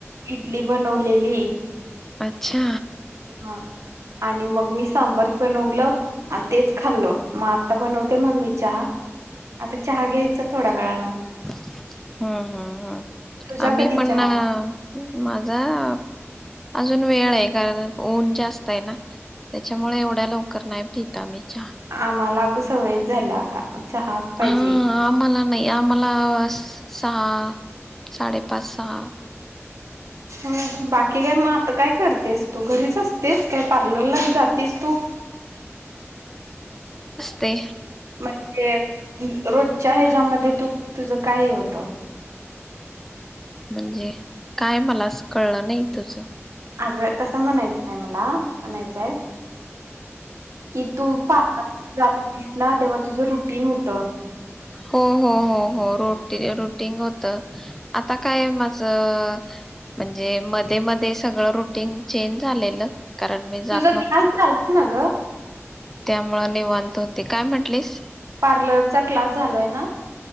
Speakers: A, on the right; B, in the centre.
A: इडली बनवलेली
B: अच्छा
A: <inaudible> हा आणि मग मी सांबर बनवलं आणि तेच खाल्ल. मग आता बनवते मम्मी चहा, आता चहा घ्यायचा थोड्या वेळानं.
B: हम्म हम् हम.
A: तुझा
B: आम्ही
A: कधी
B: पण
A: चहा?
B: अ माझा आ अजून वेळय कारण ऊन जास्तय ना त्याच्यामुळे एवढ्या लवकर नाही पित आम्ही. चहा
A: आम्हाला सवयच झाल्या आता. चहाच पाहिजे.
B: हा आम्हाला नाही आम्हाला सहा साडेपाच सहा.
A: ह बाकी काय मग आता काय करतेस तू? घरीच असतेस काय? पार्लरला आणि जातेस तू.
B: ते.
A: म्हणजे रोजच्या हयाज्या मध्ये तू तुझ काही होत.
B: म्हणजे? काय मला अस कळलं नाही तुझ.
A: अग तस म्हणायचं नाही मला म्हणायचंय, कि तू पार <unintelligible> जात होतीस ना तेव्हा तुझ रुटीन होत.
B: हो हो हो हो रोट टीन रुटिंग होत आता काय माझं म्हणजे मध्ये मध्ये सगळ रुटीन चेंज झालेलं. कारण मी जात
A: तुझा क्लास झाला ना ग?
B: त्यामुळ निवांत होते. काय म्हटलीस?
A: पार्लरचा क्लास झालाय ना?